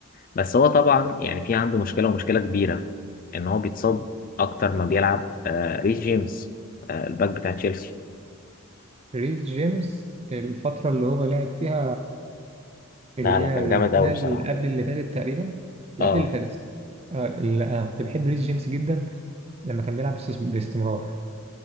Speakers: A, on the left; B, on the right.
A: بس هو طبعا يعني في عنده مشكلة ومشكلة كبيرة إن هو بيتصاب أكتر ما بيلعب آه ريس جيمس آه الباك بتاع تشيلسي
B: ريس جيمس الفتره اللي هو لعب فيها اللي
A: لا
B: هي
A: لا كان
B: البناء
A: جامد قوي بصراحة
B: اللي قبل اللي فاتت تقريبا اللي
A: اه
B: قبل اللي فاتت آه، اللي انا كنت بحب ريس جيمس جدا لما كان بيلعب باستس- باستمرار